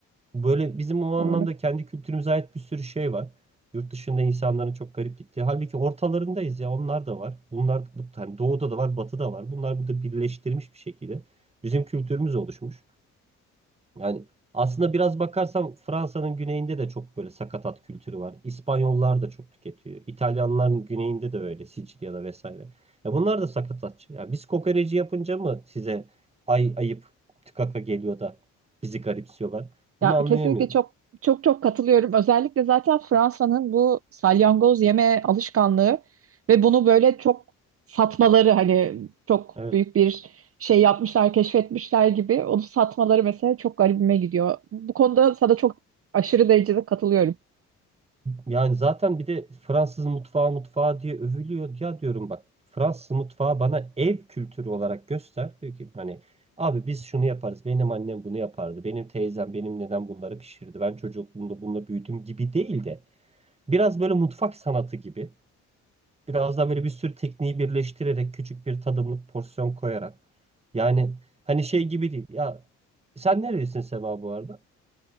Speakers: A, on the right; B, on the right.
A: Böyle bizim o anlamda
B: Doğru.
A: kendi kültürümüze ait bir sürü şey var. Yurt dışında insanların çok garip gittiği. Halbuki ortalarındayız ya onlar da var. Bunlar bu hani doğuda da var, batıda var. Bunlar burada birleştirmiş bir şekilde bizim kültürümüz oluşmuş. Yani aslında biraz bakarsam Fransa'nın güneyinde de çok böyle sakatat kültürü var. İspanyollar da çok tüketiyor. İtalyanların güneyinde de öyle Sicilya'da vesaire. Ya bunlar da sakatatçı. Ya biz kokoreci yapınca mı size ay ayıp tıkaka geliyor da bizi garipsiyorlar?
B: Ya
A: Bunu anlayamıyorum.
B: kesinlikle çok çok çok katılıyorum. Özellikle zaten Fransa'nın bu salyangoz yeme alışkanlığı ve bunu böyle çok satmaları hani çok
A: Evet.
B: büyük bir şey yapmışlar, keşfetmişler gibi onu satmaları mesela çok garibime gidiyor. Bu konuda sana çok aşırı derecede katılıyorum.
A: Yani zaten bir de Fransız mutfağı mutfağı diye övülüyor. Ya diyorum bak Fransız mutfağı bana ev kültürü olarak göster. Diyor ki hani abi biz şunu yaparız. Benim annem bunu yapardı. Benim teyzem benim neden bunları pişirdi. Ben çocukluğumda bununla büyüdüm gibi değil de biraz böyle mutfak sanatı gibi. Biraz daha böyle bir sürü tekniği birleştirerek küçük bir tadımlık porsiyon koyarak. Yani hani şey gibi değil. Ya sen nerelisin Sema bu arada?